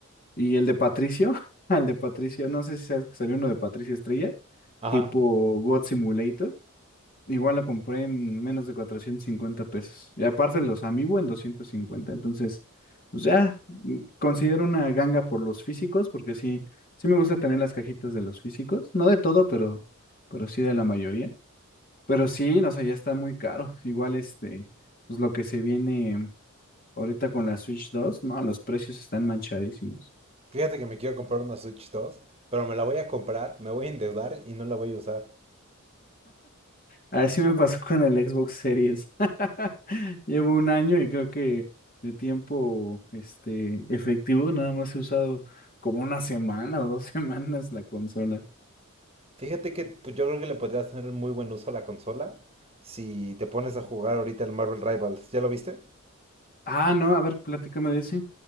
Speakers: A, on the left; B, on the right.
A: y el de Patricio, <laughs> al de Patricio, no sé si sabes que salió uno de Patricio Estrella,
B: Ajá.
A: tipo God Simulator. Igual lo compré en menos de 450 pesos. Y aparte los Amiibo en doscientos cincuenta, Entonces, pues ya, mm, considero una ganga por los físicos, porque sí, sí me gusta tener las cajitas de los físicos. No de todo, pero, pero sí de la mayoría. Pero sí, no sé, ya está muy caro. Igual este, pues lo que se viene ahorita con la Switch dos, no, los precios están manchadísimos.
B: Fíjate que me quiero comprar una Switch 2, pero me la voy a comprar, me voy a endeudar y no la voy a usar.
A: Así me pasó con el Xbox Series. <laughs> Llevo un año y creo que de tiempo este, efectivo nada más he usado como una semana o dos <laughs> semanas la consola.
B: Fíjate que pues, yo creo que le podrías hacer muy buen uso a la consola si te pones a jugar ahorita el Marvel Rivals. ¿Ya lo viste?
A: Ah, no, a ver, platícame de ese.